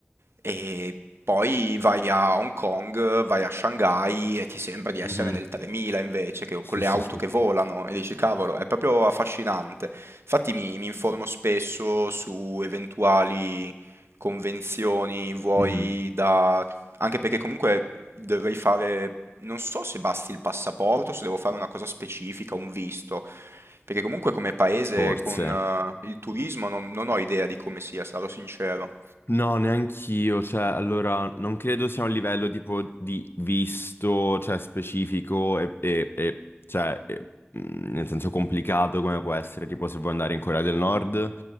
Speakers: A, on the right (about 75°); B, on the left (about 60°).
A: e poi vai a Hong Kong, vai a Shanghai e ti sembra di essere
B: mhm.
A: nel 3000 invece, che
B: Sì,
A: con le
B: sì,
A: auto
B: sì,
A: che
B: sì.
A: volano e dici: "Cavolo, è proprio affascinante". Infatti mi mi informo spesso su eventuali convenzioni, vuoi
B: Mhm,
A: da anche perché comunque dovrei fare non so se basti il passaporto, se devo fare una cosa specifica, un visto, perché comunque come paese
B: Forse.
A: con eh, il turismo non, non ho idea di come sia, sarò sincero.
B: No, neanch'io, cioè, allora, non credo sia un livello tipo di visto, cioè, specifico e, e- e, cioè, e, mm, nel senso complicato come può essere, tipo, se vuoi andare in Corea del Nord,